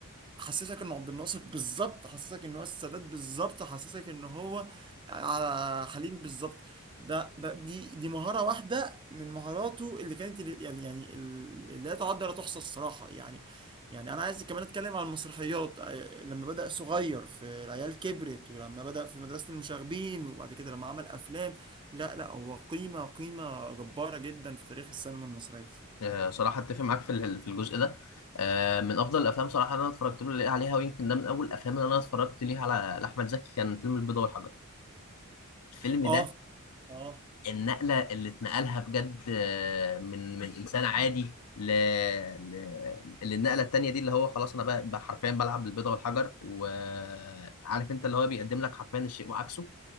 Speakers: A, on the right (about 20°); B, on the left (about 85°).
A: حسسك انه عبد الناصر بالظبط حسسك ان هو السادات بالظبط حسسك ان هو آه، حليم بالظبط ده ده دي دي مهارة واحدة من مهاراته اللي كانت ال- يعني يعني ال- اللي لا تعد ولا تحصى الصراحة يعني يعني انا عايز كمان اتكلم عن المسرحيات آه، لما بدأ صغير في العيال كبرت ولما بدأ في مدرسة المشاغبين وبعد كده لما عمل افلام لا لا هو قيمة قيمة جبارة جدا في تاريخ السينما المصرية
B: آه، صراحة اتفق معاك في ال- في الجزء ده آه، من افضل الافلام صراحة اللي انا اتفرجت له عليها ويمكن ده من اول الافلام اللي انا اتفرجت ليها على على احمد زكي كان فيلم البيضة والحجر الفيلم
A: اه
B: ده
A: اه
B: النقلة اللي اتنقلها بجد آه، من من إنسان عادي ل... ل... للنقلة التانية دي اللي هو خلاص أنا بقى, بقى حرفيا بلعب بالبيضة والحجر وعارف أنت اللي هو بيقدم لك حرفيا الشيء وعكسه